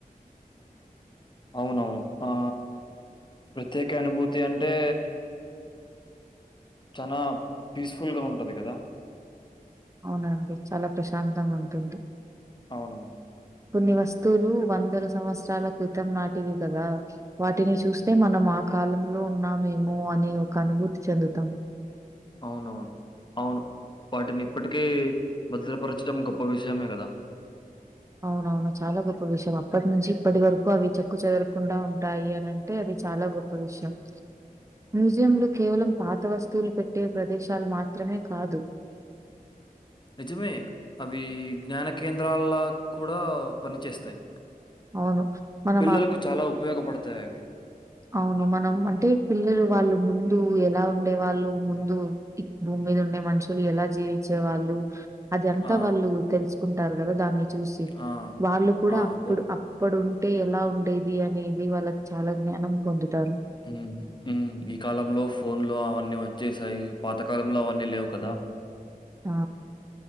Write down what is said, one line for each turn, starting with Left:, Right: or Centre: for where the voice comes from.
Left: <inaudible> అవును అవును ఆ ప్రత్యేక అనుభూతి అంటే చనా పీస్ఫుల్ గా ఉంటది కదా
Right: అవును అండి చాలా ప్రశాంతంగా ఉంటుంది
Left: అవునవును
Right: కొన్ని వస్తువులు వందల సంవత్సరాల క్రితం నాటివి కదా వాటిని చూస్తే మనం ఆ కాలంలో ఉన్నామేమో అని ఒక అనుభూతి చెందుతాం
Left: అవునవును అవును వాటిని ఇప్పటికీ భద్రపరచడం గొప్ప విషయమే కదా
Right: అవునవును చాలా గొప్ప విషయం అప్పటి నుంచి ఇప్పటి వరకు అవి చెక్కు చెదరకుండా ఉంటాయి అని అంటే అది చాలా గొప్ప విషయం మ్యూజియంలు కేవలం పాత వస్తువులు పెట్టే ప్రదేశాలు మాత్రమే కాదు
Left: <inaudible> నిజమే అవి జ్ఞాన కేంద్రాల్లగా కూడా పని చేేస్తాయి
Right: అవును. మనం
Left: పిల్లలకు
Right: అప్
Left: చాలా ఉపయోగపడతాయి అవి
Right: అవును మనం అంటే పిల్లలు వాళ్ళు ముందు ఎలా ఉండే వాళ్ళు ముందు భూమి మీద ఉండే మనుషులు ఎలా జీవించే వాళ్ళు అది అంతా
Left: ఆ!
Right: వాళ్ళు తెలుసుకుంటారు కదా దాన్ని చూసి
Left: ఆ!
Right: వాళ్ళు కూడా
Left: ఆ!
Right: అప్పుడు
Left: అబ్బో!
Right: అప్పుడు టే ఎలా ఉండేది అనేది వాళ్ళకి చాలా జ్ఞానం పొందుతారు
Left: ఉ ఊ ఈ కాలంలో ఫోన్లు అవన్నీ వచ్చేసాయి పాత కాలంలో అవన్నీ లేవు కదా
Right: ఆ